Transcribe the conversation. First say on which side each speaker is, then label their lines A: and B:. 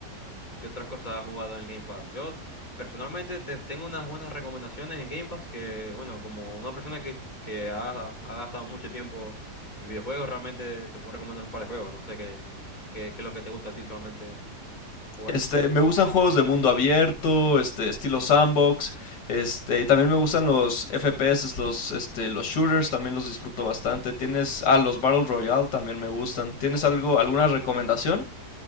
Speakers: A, on the left; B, on the left.
A: ¿Qué otras cosas has jugado en el Game Pass? Yo personalmente te, tengo unas buenas recomendaciones en Game Pass que, bueno, como una persona que, que ha, ha gastado mucho tiempo en videojuegos, realmente te puedo recomendar un par de juegos, no sé qué, qué, qué es lo que te gusta a ti solamente jugar.
B: Este, me gustan juegos de mundo abierto, este, estilo sandbox, este, y también me gustan los FPS, los, este, los shooters, también los disfruto bastante. Tienes, ah, los Battle Royale también me gustan. ¿Tienes algo, alguna recomendación?